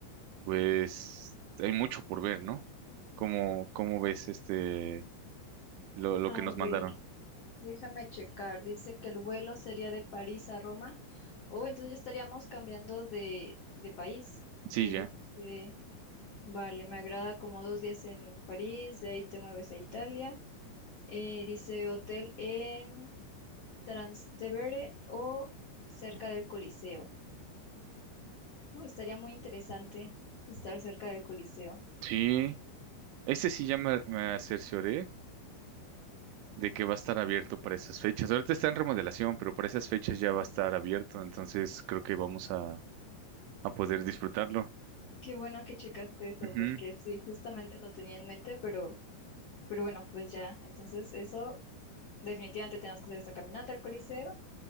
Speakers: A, on the right; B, on the left.
A: pues hay mucho por ver, ¿no? ¿Cómo, cómo ves este, lo, lo
B: A
A: que nos
B: ver,
A: mandaron?
B: déjame checar. Dice que el vuelo sería de París a Roma. Oh, entonces ya estaríamos cambiando de, de país.
A: Sí,
B: Este.
A: ya.
B: Vale, me agrada como dos días en París, de ahí te mueves a Italia. Eh, dice hotel en Trastevere o cerca del Coliseo. Oh, estaría muy interesante estar cerca del Coliseo.
A: Sí. Ese sí ya me, me cercioré de que va a estar abierto para esas fechas. Ahorita está en remodelación, pero para esas fechas ya va a estar abierto, entonces creo que vamos a, a poder disfrutarlo.
B: Qué bueno que checaste eso,
A: Ujú.
B: porque sí, justamente lo tenía en mente, pero, pero bueno, pues ya. Entonces, eso, definitivamente tenemos que hacer esa caminata al Coliseo.